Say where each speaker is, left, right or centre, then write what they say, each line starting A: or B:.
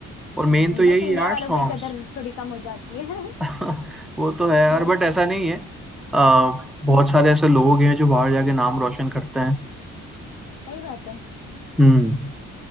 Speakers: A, in the centre; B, on the left.
A: और
B: हम्म,
A: मेन तो यही
B: बस इंडिया
A: है यार
B: वालों
A: सॉन्ग्स
B: को ही कदर थोड़ी कम हो जाती है <laughs>
A: <laughs> वो तो है यार
B: हम्म
A: बट ऐसा नहीं है अ, बहुत सारे ऐसे लोग हैं जो बाहर जाके नाम रोशन करते हैं
B: सही बात है
A: हम्म